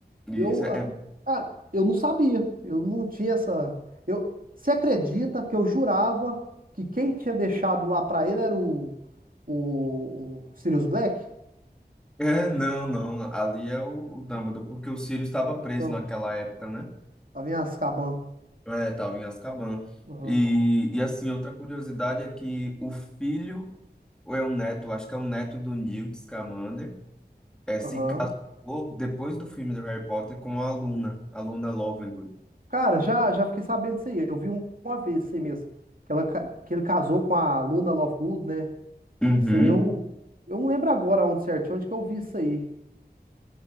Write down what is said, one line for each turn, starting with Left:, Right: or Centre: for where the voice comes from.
Centre: Isso.
Right: Eu,
Centre: É,
Right: a- cara, eu não sabia. Eu não tinha essa. Eu, você acredita que eu jurava que quem tinha deixado lá pra ele era o, o, o Sirius Black?
Centre: é, não, não. Ali é o, o Dumbledore, porque o Sirius estava preso
Right: Não,
Centre: naquela época, né?
Right: lá vem as Caban.
Centre: É, tava em Azkaban.
Right: Aham.
Centre: E, e assim, outra curiosidade é que o filho, ou é o neto, acho que é o neto do Newt Scamander, é,
Right: Aham.
Centre: se casou depois do filme do Harry Potter com a Luna, a Luna Lovegood.
Right: Cara, já, já fiquei sabendo disso aí. Eu vi um- uma vez isso aí mesmo. Que, ela, ca- que ele casou com a Luna Lovegood, né?
Centre: Uhum.
Right: Isso aí eu, eu não lembro agora onde certinho, onde que eu vi isso aí.